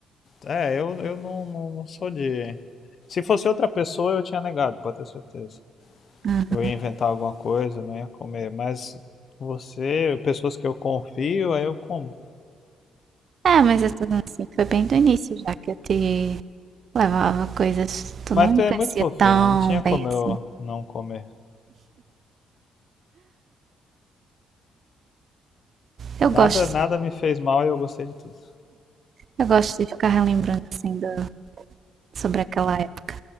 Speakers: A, on the left (about 50°); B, on the right (about 55°).
A: é, eu, eu não, não, não sou de. Se fosse outra pessoa, eu tinha negado, pode ter certeza.
B: Uhum.
A: Eu ia inventar alguma coisa, não ia comer. Mas você, pessoas que eu confio, aí eu como.
B: É, mas é tudo assim, foi bem do início já que eu te levava coisas, tu
A: Mas
B: não me
A: tu é
B: conhecia
A: muito fofinha,
B: tão
A: não tinha como
B: bem assim.
A: eu não comer.
B: Eu
A: Nada,
B: gosto,
A: nada me fez mal e eu gostei de tudo.
B: eu gosto de ficar relembrando assim do- sobre aquela época.